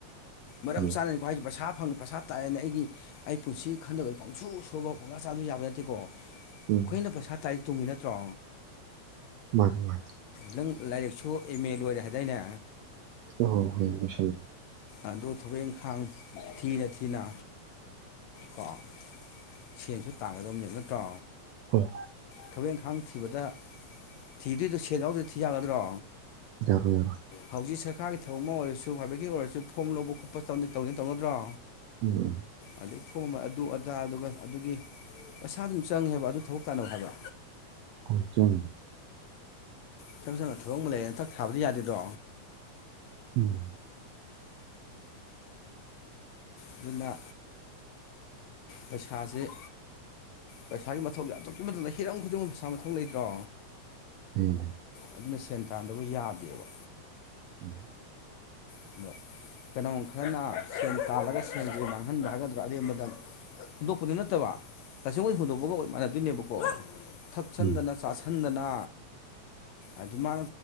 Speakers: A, on the left (about 75°); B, on the right (about 80°).
A: ꯃꯔꯝ
B: ꯍꯣꯏ
A: ꯆꯥꯅꯅꯤꯀꯣ ꯍꯥꯏꯖꯦ ꯄꯩꯁꯥ ꯐꯪ ꯄꯩꯁꯥ ꯇꯥꯛꯑꯦꯅ ꯑꯩꯒꯤ ꯑꯩ ꯄꯨꯟꯁꯤ ꯈꯟꯗꯕ ꯄꯪꯁꯨ ꯁꯨꯕ ꯄꯪꯁꯥ ꯆꯥꯕꯗꯣ ꯌꯥꯕ ꯅꯠꯇꯦꯀꯣ
B: ꯎꯝ
A: ꯑꯩꯈꯣꯏꯅ ꯄꯩꯁꯥ ꯇꯥꯔꯤ ꯇꯨꯡꯉꯤ ꯅꯠꯇ꯭ꯔꯣ
B: ꯃꯥꯅꯤ ꯃꯥꯅꯤ
A: ꯅꯪ ꯂꯥꯏꯔꯤꯛꯁꯨ ꯑꯦꯝ ꯑꯦ ꯂꯣꯏꯔꯦ ꯍꯥꯏꯗꯥꯏꯅꯦ
B: ꯑ ꯍꯣꯏ ꯂꯣꯏꯁꯤꯜꯂꯦ
A: ꯑꯗꯨ ꯊꯕꯛ ꯏꯪꯈꯥꯡ ꯊꯤꯅ ꯊꯤꯅ ꯀꯣ ꯁꯦꯟꯁꯨ ꯇꯥꯡꯒꯗꯕꯅꯦꯕ ꯅꯠꯇ꯭ꯔꯣ
B: ꯍꯣꯏ
A: ꯊꯕꯛ ꯏꯪꯈꯥꯡ ꯊꯤꯕꯗ ꯊꯤꯗꯣꯏꯗꯣ ꯁꯦꯟ ꯌꯥꯎꯗꯔꯥꯗꯤ ꯊꯤ ꯌꯥꯒꯗ꯭ꯔꯣ
B: ꯌꯥꯔꯣꯏ ꯌꯥꯔꯣꯏ
A: ꯍꯧꯖꯤꯛ ꯁꯔꯀꯥꯔꯒꯤ ꯊꯕꯛ ꯑꯃ ꯑꯣꯏꯔꯁꯨ ꯄ꯭ꯔꯥꯏꯚꯦꯠꯀꯤ ꯑꯣꯏꯔꯁꯨ ꯐꯣꯝ ꯂꯧꯕ ꯈꯣꯠꯄ ꯇꯗꯤ ꯇꯧꯅꯤ ꯇꯧꯅꯗ꯭ꯔꯣ
B: ꯎꯝ
A: ꯑꯗꯩ ꯐꯣꯝ ꯑꯃ ꯑꯗꯨ ꯑꯗꯥ ꯑꯗꯨꯒ ꯑꯗꯨꯒꯤ ꯄꯩꯁꯥ ꯑꯗꯨꯝ ꯆꯪꯉꯦꯕ ꯑꯗꯨ ꯊꯕꯛ ꯇꯥꯅꯧ ꯍꯥꯏꯕ
B: <unintelligible>
A: ꯏꯁꯝ ꯁꯝꯅ ꯊꯕꯛ ꯑꯃ ꯂꯩꯌꯦꯅ ꯊꯛ ꯊꯥꯕꯗꯤ ꯌꯥꯗꯦꯗꯣ
B: ꯎꯝ
A: ꯑꯗꯨꯅ ꯄꯩꯁꯥꯁꯦ ꯄꯩꯁꯥꯒꯤ ꯃꯊꯧꯁꯦ ꯑꯗꯨꯛꯀꯤ ꯃꯇꯤꯛ ꯍꯤꯔꯝ ꯈꯨꯗꯤꯡꯒꯤ ꯄꯩꯁꯥ ꯃꯊꯧ ꯂꯩꯇ꯭ꯔꯣ
B: ꯎꯝ
A: ꯑꯗꯨꯅ ꯁꯦꯟ ꯇꯥꯟꯗꯕ ꯌꯥꯗꯦꯕ
B: ꯎꯝ
A: ꯑꯗꯣ ꯀꯩꯅꯥ ꯒꯨꯝꯕ ꯈꯔꯅ ꯁꯦꯟ ꯇꯥꯜꯂꯒ ꯁꯦꯟꯁꯦ ꯃꯥꯡꯍꯟꯕ ꯍꯥꯏꯒꯗ꯭ꯔꯥ ꯑꯔꯦꯝꯕꯗ ꯍꯨꯟꯗꯣꯛꯄꯗꯨ ꯅꯠꯇꯕ ꯇꯁꯦꯡ ꯍꯣꯏ ꯍꯨꯟꯗꯣꯛꯄꯒ ꯃꯥꯟꯅꯗꯣꯏꯅꯦꯕꯀꯣ ꯊꯛꯆꯟꯗꯅ
B: ꯎꯝ
A: ꯆꯥꯥꯁꯟꯗꯅ ꯑꯗꯨꯃꯥꯏ